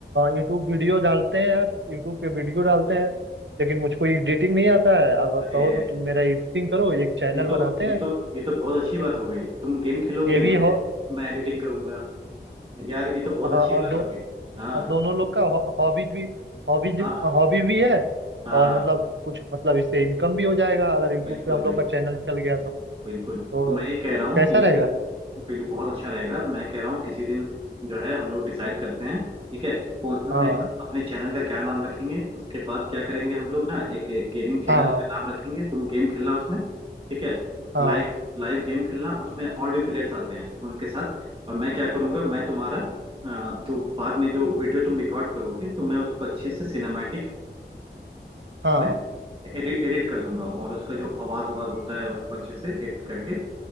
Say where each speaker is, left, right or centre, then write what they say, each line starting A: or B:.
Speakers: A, on the right; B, on the right.
A: यूट्यूब वीडियो डालते हैं यार यूट्यूब पे वीडियो डालते हैं लेकिन मुझको एडिटिंग नहीं आता है अगर
B: अरे
A: कहो तो तुम मेरा एडिटिंग करो एक चैनल
B: ये तो
A: बनाते
B: ये
A: हैं
B: तो ये तो बहुत अच्छी बात हो गई तुम गेम खेलोगे
A: ये भी
B: मैं
A: हो
B: मैं एडिटिंग करूंगा यार ये तो
A: हाँ
B: बहुत अच्छी
A: और
B: बात
A: दो
B: हो गई हाँ
A: और दोनों लोग का हॉबीज भी हॉबीज
B: हाँ
A: हॉबी भी है
B: हाँ
A: और
B: हाँ,
A: मतलब कुछ मतलब इससे इनकम भी हो जाएगा अगर यूट्यूब
B: बिल्कुल
A: पे हम
B: बिल्कुल
A: लोग का चैनल चल गया तो
B: बिल्कुल
A: तो
B: तो मैं ये कह रहा हूँ
A: कैसा
B: कि
A: रहेगा
B: इसे बिल्कुल बहुत अच्छा रहेगा मैं कह रहा हूँ किसी दिन जो है हम लोग डिसाइड करते हैं ठीक है कौन- अपने
A: हाँ
B: अपने चैनल का क्या नाम रखेंगे उसके बाद क्या करेंगे हम लोग ना एक गेमिंग चैनल
A: हाँ
B: का नाम रखेंगे तुम गेम खेलना उसमें ठीक है
A: हाँ
B: लाइव लाइव गेम खेलना उसमें और भी प्लेयर्स आते हैं तो उनके साथ और मैं क्या करूंगा मैं तुम्हारा अ, जो बाद में जो वीडियो तुम रिकॉर्ड करोगे तो मैं उसको अच्छे से सिनेमैटिक
A: हाँ
B: इसमें एडिट एडिट कर दूंगा और उसका जो आवाज आवाज होता है उसको अच्छे से एडिट करके